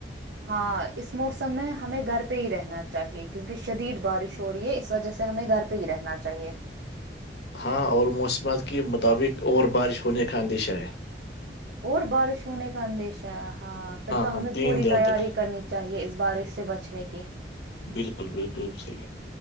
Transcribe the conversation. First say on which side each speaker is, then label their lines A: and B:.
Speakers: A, on the right (about 70°); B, on the left (about 65°).
A: ہاں اس موسم میں ہمیں گھر پہ ہی رہنا چاہیے کیونکہ شدید بارش ہو رہی ہے اس وجہ سے ہمیں گھر پہ تو ہی رہنا چاہیے
B: ہاں اور موسمات کے مطابق اور بارش ہونے کا اندیشہ ہے
A: اور بارش ہونے کا اندیش ہے ہاں پھر تو
B: ہاں
A: ہمیں
B: تین
A: پوری
B: دنوں
A: تیاری
B: تک
A: کرنی چاہیے اس بارش سے بچنے کی
B: بالکل بالکل صحی